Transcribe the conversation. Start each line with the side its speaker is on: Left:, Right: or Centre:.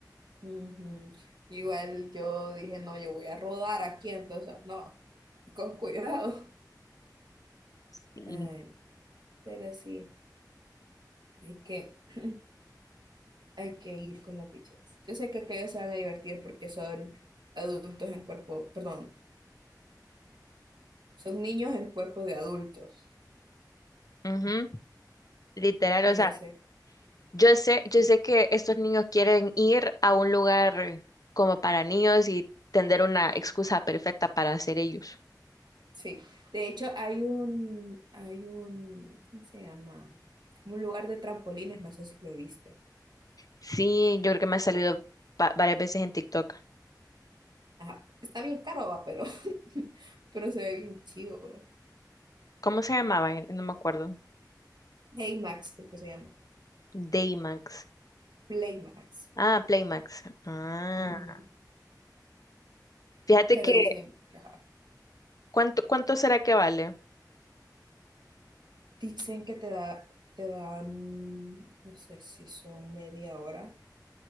Right: Ujú. Igual yo dije, no, yo voy a rodar aquí, entonces, no, con cuidado.
Left: Sí.
Right: Ay, pero sí, hay que, <clears throat> hay que ir con los bichos. Yo sé que aquellos se van a divertir porque son adultos en cuerpo, perdón, son niños en cuerpo de adultos.
Left: Ujú, Literal,
Right: Y
Left: o sea,
Right: yo sé,
Left: yo sé, yo
Right: que-
Left: sé que estos niños quieren ir a un lugar como para niños y tender una excusa perfecta para hacer ellos.
Right: sí. De hecho, hay un, hay un, ¿cómo se llama? Un lugar de trampolines, no sé si lo viste.
Left: Sí, yo creo que me ha salido va- varias veces en TikTok.
Right: Ajá. Está bien caro, va, pero, <laughs> pero se ve bien chido.
Left: ¿Cómo se llamaba? Eh, No me acuerdo.
Right: Playmax, creo que se llama.
Left: Daymax.
Right: Playmax.
Left: Ah, Playmax. Ah.
Right: Ujú.
Left: Fíjate
Right: Pero
Left: que,
Right: dicen, ajá,
Left: ¿cuánto, cuánto será que vale?
Right: dicen que te da, te dan, no sé si son media hora,